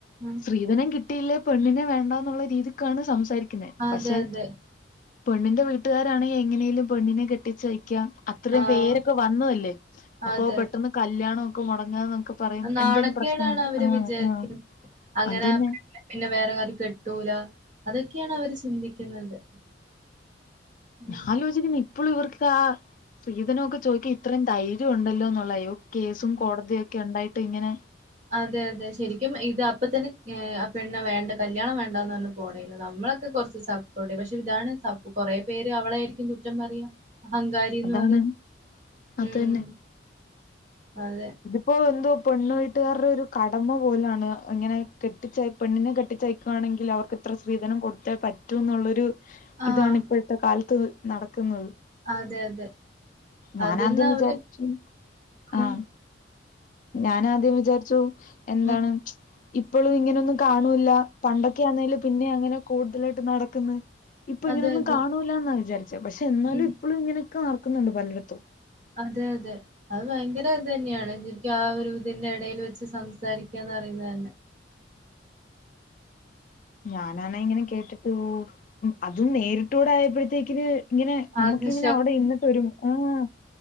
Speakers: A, on the right (about 40°); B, on the left (about 45°).
A: ഉം
B: സ്ത്രീധനം കി കിട്ടിയിലെ പെണ്ണിനെ വേണ്ടന്നുള്ള രീതിക്കാണ് സംസാരിക്കുന്നെ
A: അതെ
B: പക്ഷെ
A: അതെ
B: പെണ്ണിന്റെ വീട്ടുകാരാണെ എങ്ങനെലും പെണ്ണിനെ കെട്ടിച്ചയ്ക്കാം അത്രയും
A: ആഹ്
B: പേരൊക്കെ വന്നതല്ലേ അപ്പോ
A: അതെ
B: പെട്ടന്ന് കല്ല്യാണം ഒക്കെ മുടങ്ങാന്നൊക്കെ പറയും
A: നാണക്കേടാണ്
B: എന്തെലും പ്രശ്നം
A: അവര്
B: അഹ്
A: വിചാരി
B: അഹ്
A: അങ്ങനെ
B: അതന്നെ
A: പെണ്ണിനെ പിന്നെ വേറെവര്കെട്ടൂല അതൊക്കെയാണ് അവര് ചിന്തിക്കുന്നത്. ഉം.
B: ഞാൻലോചിക്കുന്നു ഇപ്പോഴും ഇവർക്ക് അ സ്ത്രീധനമൊക്കെ ചോദിക്കൻ ഇത്രയും ധൈര്യം ഉണ്ടല്ലോ. എന്നുള്ളയോ കേസും കോടതിയും ഒക്കെ ഉണ്ടായിട്ട് ഇങ്ങനെ
A: അതെ അതെ ശരി ക്കും ഇത് അപ്പതന്നെ ഏഹ് ആ പെണ്ണ് വേണ്ട കല്യാണം വേണ്ടന്ന് പറഞ്ഞ് പോണ നമ്മളൊക്കെ കുറച്ച് സപ്പോർട്ട് ചെയ്യപക്ഷെ ഇതാണ് സ കൊറെപേര് അവളെ ആയിരിക്കും കുറ്റം പറയ അങ്കാരിന്ന്
B: അതാണ്
A: പറയും
B: അത്
A: ഉം.
B: തന്നെ
A: അതെ
B: ഇതിപ്പോ എന്തോ പെണ്ണു വീട്ടുകാരുടെ ഒരു കടമ പോലാണ് ഇങ്ങനെ കെട്ടിച്ച യ പെണ്ണിനെ കെട്ടിച്ചയക്കുവാണെങ്കിൽ അവർക്ക് ഇത്ര സ്ത്രീധനം കൊടുത്തേ പറ്റുഎന്നുള്ളൊരു
A: ആഹ്.
B: ഇതാണ് ഇപ്പോഴത്തെ കാലത്ത് നടക്ക്ന്നത്
A: അതെ, അതെ.
B: ഞാന
A: അതന്നെ
B: ആദ്യം
A: അവര്
B: വിചാരിച്ചു
A: ആഹ്.
B: അഹ്- ഞാൻ ആദ്യം വിചാരിച്ചു എന്തണ്
A: ഉം.
B: ഇപ്പോഴും ഇങ്ങനൊന്നും കാണൂല്ല പണ്ടൊക്കെ ആന്നേലു പിന്നെ അങ്ങനെ കൂടുതലാട്ട് നടക്കുന്ന് ഇപ്പൊ
A: അതെ,
B: ഇങ്ങനൊന്നും
A: അതെ.
B: കാണൂല്ലാന്നാ വിചാരിച്ചെ പക്ഷെ എന്നാലും
A: ഉം.
B: ഇപ്പളും ഇങ്ങനൊക്കെ നടക്കുന്നുണ്ട് പലടുത്തും
A: അതെ അതെ അത് ഭയങ്കര ത് തന്നെയാണ് ശരിക്കും ആ ഒരു ഇതിന്റെ ഇടയിൽ വെച്ച് സംസാരിക്കാന്ന്റയുന്നത് തന്നെ
B: ഞാനാണ ഇങ്ങനെ കേട്ടിട്ട് പൊലുംഅതും നേരിട്ടു ടആയപ്പോഴത്തേക്കിന് ഇങ്ങനെ നമുക്കിങ്ങനെ
A: ആകെ
B: അവിടെ ഇന്നിട്ട് ഒരു ങ്